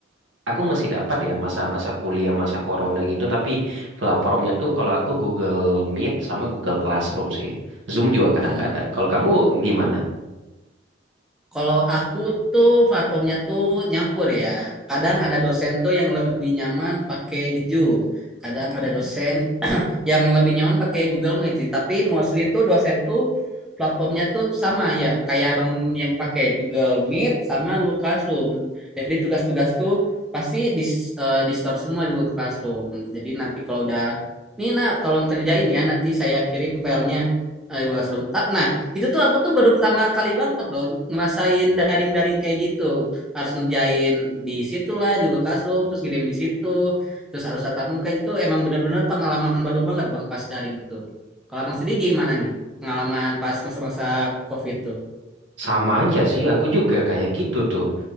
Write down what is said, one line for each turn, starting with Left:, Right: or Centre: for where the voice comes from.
Right: aku masih dapat ya masa-masa kuliah masa corona gitu tapi platformnya tuh kalau aku Google Meet sama Google Classroom sih Zoom juga kadang-kadang
Centre: hmm,
Right: kalau kamu gimana
Centre: Kalau aku tuh platformnya tuh nyampur ya. Kadang ada dosen tuh yang lebih nyaman pakai Zoom. Kadang ada dosen <clears throat> yang lebih nyaman pakai Google Meet sih. Tapi mostly tuh dosen tuh platformnya tuh sama ya. Kayak abang yang pakai Google Meet sama Google Classroom. Jadi tugas-tugas tuh pasti di, eh, di store semua di Google Classroom. Jadi nanti kalau udah, nih nak tolong kerjain ya. Nanti saya kirim filenya eh, Google Classroom. Ta- Nah itu tuh aku tuh baru pertama kali banget loh ngerasain daring-daring kayak gitu. Harus ngerjain di situ lah di Google Classroom, terus ngirim di situ, terus harus tatap muka itu emang bener-bener pengalaman baru banget Bang pas daring tuh. Kalau Abang sendiri gimana nih pengalaman pas masa-masa COVID tuh?
Right: sama aja sih aku juga kayak gitu tuh